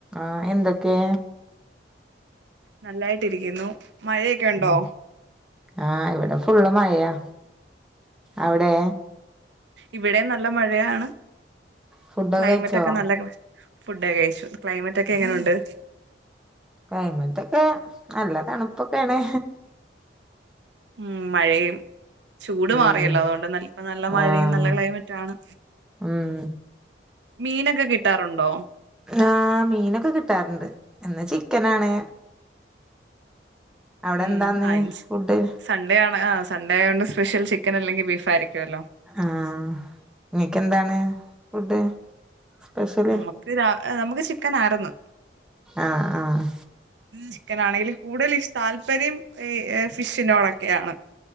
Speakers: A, in the centre; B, on the right.
A: ആഹ് എന്തൊക്കെ
B: നല്ലായിട്ടിരിക്കുന്നു മഴയൊക്കെ ഉണ്ടോ?
A: ഉം ആഹ് ഇവിടെ ഫുള്ളള് മഴയാ അവിടെ
B: ഇവിടെ നല്ല മഴയാണ്
A: ഫുഡൊക്കെ
B: ക്ലൈമറ്റ്
A: കഴിച്ചോ
B: ഒക്കെ നല്ല <unintelligible> ഫുഡൊക്കെ കഴിച്ചു ക്ലൈമറ്റ് ഒക്കെ എങ്ങനെയുണ്ട്?
A: ക്ലൈമറ്റ് ഒക്കെ നല്ല തണുപ്പൊക്കെയാണ്
B: ഉം മഴയും ചൂട്
A: ഉം
B: മാറിയല്ലോ അതുകൊണ്ട് നപ്പ നല്ല മഴയും
A: ആഹ്
B: നല്ല ക്ലൈമറ്റ ആണ്
A: ഉം
B: മീനൊക്കെ കിട്ടാറുണ്ടോ
A: ആഹ് മീനൊക്കെ കിട്ടാറുണ്ട് ഇ ന്നാ ചിക്കനാണ് അവിടെ
B: ഉ
A: എന്താന്ന്
B: ആൻച്
A: ഫുഡ്
B: സൺഡേ ആണ് ആ സൺഡേ ആയൊണ്ട് സ്പെഷ്യൽ ചിക്കൻ അല്ലെങ്കിൽ ബീഫ് ആയിരിക്കുല്ലോ
A: ആഹ് നിങ്ങക്കന്താണ് ഫുഡ് സ്പെഷ്യല്
B: നമുക്ക് നമുക്ക് ചിക്കൻ ആരുന്നു
A: ആഹ് ആഹ്
B: ചിക്കൻ ആണെങ്കിൽ കൂടുതൽ ഈ താല്പര്യം ഈ ഫിഷിനോടൊക്കെയാണ്